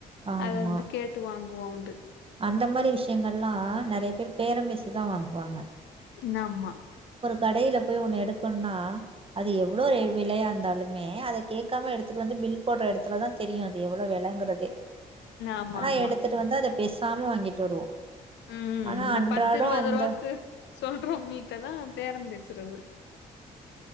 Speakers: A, on the right (about 30°); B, on the left (about 70°).
A: ஆமா
B: அத வந்து கேட்டு வாங்குவோண்டு
A: அந்த மாரி விஷ்யங்கள்லா நெறைய பேரு பேரம் பேசிதா வாங்குவாங்க
B: இன்னாமா
A: கடைல போய் ஒன்னு எடுக்கணுனா அது எவ்ளோ ரே விலையா இருந்தாலுமே அத கேக்காம எடுத்துட்டு வந்து பில் போட்ற எடத்துலதா தெரியு அது எவ்ளோ வெலங்கிறதே
B: ஆமா
A: ஆனா
B: ஆமா
A: எடுத்துட்டு வந்து அத பேசாம வாங்கிட்டு வருவோ
B: ம்
A: ஆனா
B: இந்த
A: அன்றாடோ
B: பத்து இருவது
A: அந்த
B: ரூவாக்கு சொல்றவ்ங்கள்ட்ட தா பேரம் பேசுறது